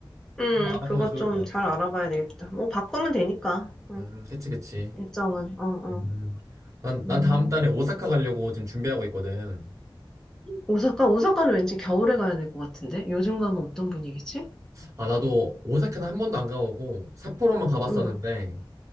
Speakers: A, in the centre; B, on the right.
A: 음,
B: 한번 알아보면
A: 그거
B: 좋을
A: 좀
B: 것
A: 잘
B: 같아.
A: 알아봐야 되겠다. 뭐, 바꾸면 되니까, 어,
B: 음, 그치, 그치.
A: 일정은, 어, 어.
B: 음. 난, 난
A: 음.
B: 다음 달에 오사카 가려고 지금 준비하고 있거든.
A: 오사카? 오사카는 왠지 겨울에 가야 될 것 같은데? 요즘 가면 어떤 분위기지?
B: 아, 나도 오사카는 한 번도 안 가보고 삿포로만 가봤었는데,
A: 응,